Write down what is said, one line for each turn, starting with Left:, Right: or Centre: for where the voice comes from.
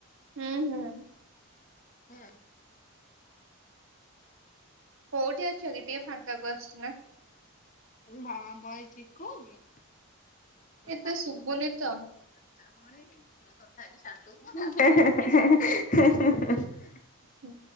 Right: ହୁଁ ହୁଁ।
Left: ହୁଁ।
Right: କୋଉଠି ଅଛ କି? ଟିକେ ଫାଙ୍କାକୁ ଆସୁ ନା।
Left: ହଁ ଭଏସ୍ <unintelligible> ଉଛି <unintelligible>
Right: ଏତେ ଶୁଭୁନି ତ।
Left: <unintelligible>
Right: ହୁଁ।